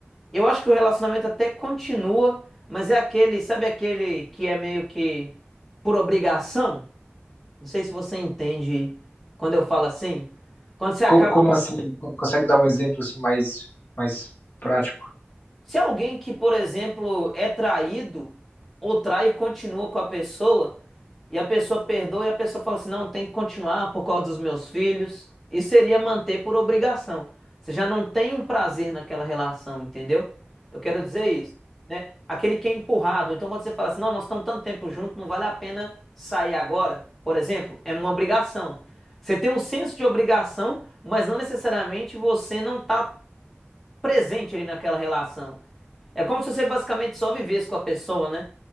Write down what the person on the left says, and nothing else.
Como,
como assim? Consegue dar um exemplo assim mais, mais prático?